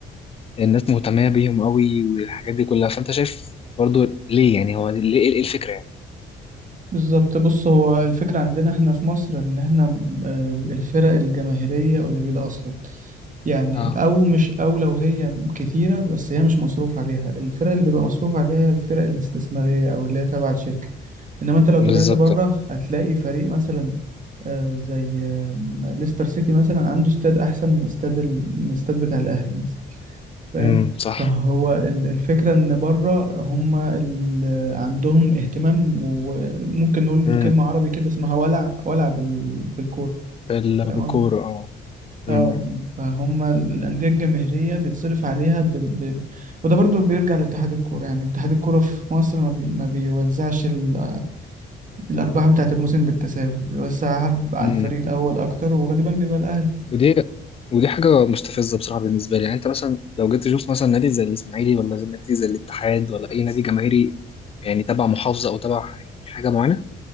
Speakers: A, on the left; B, on the right.
A: الناس مهتمه بيهم قوي والحاجات دي كلها فانت شايف برضو ليه يعني هو ليه ايه الفكره يعني
B: بالظبط بص هو الفكرة عندنا احنا في مصر ان احنا م- آه، الفرق الجماهيرية قليلة اصلا يعني
A: اه
B: او مش او لو هي كتيرة بس هي مش مصروف عليها الفرق اللي بيبقى مصروف عليها هي الفرق الاستثمارية او اللي هي تابعة للشركة انما انت لو
A: بالظبط
B: طلعت بره هتلاقي فريق مثلا آه، زي آه، ليستر سيتي مثلا عنده استاد احسن من استاد ال... من الاستاد بتاع الاهلي مثلا فاهم
A: امم صح
B: فهو ال- الفكرة إن بره هم ال- عندهم اهتمام وممكن نقول
A: امم
B: كلمة عربي كده اسمها ولع ولع بال- بالكورة
A: بال-
B: فاهم
A: بالكوره
B: قصدي؟
A: اه
B: اه
A: امم
B: فهم الأندية الجماهيرية بيتصرف عليها ب... ب... وده برضو بيرجع لاتحاد الكورة يعني اتحاد الكورة في مصر ما, بي... ما بيوزعش ال... الأرباح بتاعة الموسم بالتساوي بيوزعها ب- على
A: امم
B: الفريق الأول أكتر وغالبا بيبقى الأهلي
A: ودي ودي حاجه مستفزه بصراحه بالنسبه لي يعني انت مثلا لو جيت تشوف مثلا نادي زي الاسماعيلي ولا زي نادي زي الاتحاد ولا اي نادي جماهيري يعني تبع محافظه او تبع حاجه معينه